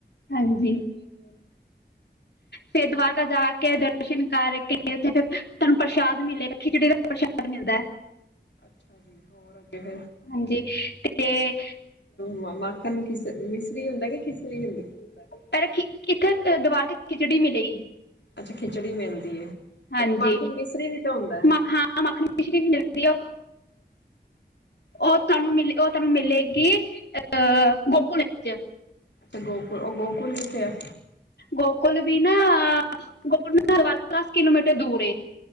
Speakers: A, on the left; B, on the left.
A: ਹਾਂਜੀ।
B: ਫੇਰ ਅੱਗੇ ਫੇਰ
A: ਫੇਰ ਦੁਆਾਰਕਾ ਜਾ ਕੇ ਦਰਸ਼ਨ ਕਰਕੇਥੇ ਫਿਰ ਤੁਹਾਨੂੰ ਪ੍ਰਸ਼ਾਦ ਮਿਲੇ ਖਿਚੜੀ ਦਾ ਪ੍ਰਸ਼ਾਦ ਮਿਲਦਾ
B: ਅੱਛਾ ਜੀ ਹੋਰ ਅੱਗੇ ਫਿਰ
A: ਹਾਂਜੀ ਤੇ
B: ਬਾਂ ਮਾੱਖਣ ਨੂੰ ਖਿਸ ਮਿਸਰੀ ਹੁੰਦਾ ਕਿ ਖਿਸਰੀ ਹੁੰਦੀ ਕੀ ਹੁੰਦਾ?
A: ਪਹਿਲਾਂ ਦੁਆਰਕਾ ਖਿਚੜੀ ਮਿਲੇਗੀ।
B: ਅੱਛਾ ਖਿਚੜੀ ਮਿਲਦੀ ਏ।
A: ਹਾਂਜ
B: ਇੱਕ ਮਾਖਣ ਮਿਸਰੀ ਵੀ ਤਾਂ ਹੁੰਦਾ।
A: ਮਾਖਨ ਮਿਛਰੀ ਵੀ ਮਿਲਦੀ ਆ
B: ਅੱਛਾ
A: ਉਹ
B: ਅੱਛਾ,
A: ਤੁਹਾਨੂੰ ਮੈਂ ਉਹ ਤੁਹਾਨੂੰ ਮਿਲੇਗੀ ਅਹ ਗੋਕੁਲ ਵਿੱਚ
B: ਤੇ ਗੋਕ ਗੋਕੁਲ ਉਹ ਗੋਕੁਲ ਕਿੱਥੇ ਆ?
A: ਗੋਕੁਲ ਵੀ ਨਾ ਗੋਕੁਲ ਘਰ ਤੋਂ ਦਸ ਕਿਲੋਮੀਟਰ ਦੂਰ ਏ।